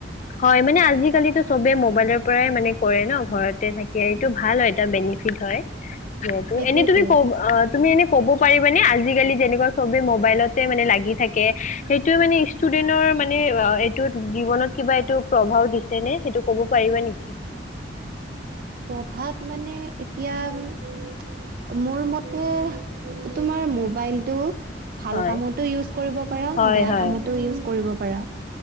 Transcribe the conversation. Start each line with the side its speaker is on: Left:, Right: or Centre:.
Left: হয় মানে আজিকালিতো চবে মবাইলৰ পৰাই মানে কৰে ন ঘৰতে থাকে এইটো ভাল হয় এ বেনিফিট হয় যিহেতু
Right: সেইটোয়েতো
Left: এনেই তুমি কব অ তুমি এনে ক'ব পাৰিবানে আজিকালি যেনেকুৱা চবে মবাইলতে মানে লাগি থাকে সেইটোয়ে মানে ষ্টুডেন্টৰ মানে এইটো জীৱনত কিবা এইটো প্ৰভাৱ দিছে নে সেইটো কব পাৰিবা নিকি
Right: প্ৰভাৱ মানে এতিয়া মোৰ মতে তোমাৰ মোবাইলটো ভাল
Left: হয়
Right: কামতো ইউজ কৰিব পাৰা
Left: হয়
Right: বেয়া
Left: হয়
Right: কামতো ইউজ কৰিব পাৰা